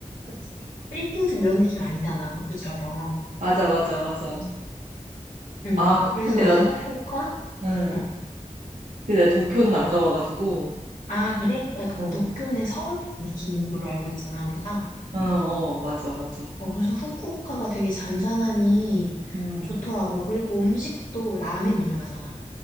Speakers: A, on the left; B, on the right.
A: 그치. 빌딩숲 이런 느낌 아니잖아, 도쿄처럼.
B: 맞아, 맞아, 맞아.
A: 응.
B: 아, 그-
A: 그래서
B: 근데
A: 나는
B: 나,
A: 후쿠오카,
B: 응.
A: 응.
B: 근데 나 도쿄는 안 가봐가지고.
A: 아, 그래? 뭐 약간
B: 응,
A: 도쿄는 서울 같은 느낌으로 알고 있잖아, 우리가.
B: 어, 어, 맞아, 맞아.
A: 어, 그래서 후쿠오카가 되게 잔잔하니
B: 음.
A: 좋더라고. 그리고 음식도 라멘 유명하잖아.